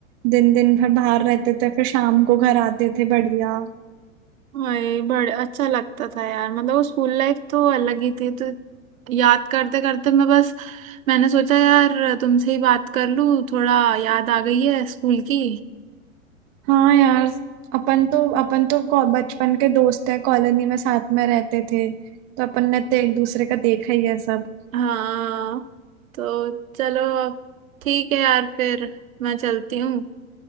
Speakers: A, on the right (about 25°); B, on the right (about 75°).
A: दिन दिन भर बाहर रहते थे फिर शाम को घर आते थे बढ़िया
B: वही बड़े अच्छा लगता था यार मतलब वो स्कूल लाइफ तो अलग ही थी तो याद करते करते मैं बस मैंने सोचा यार तुमसे ही बात कर लूं थोड़ा याद आ गई है स्कूल की
A: हाँ यार अपन तो अपन तो को- बचपन के दोस्त है कॉलोनी में साथ में रहते थे तो अपन ने तो एक दूसरे का देखा ही है सब
B: हाँ तो चलो अब ठीक है यार फिर मैं चलती हूँ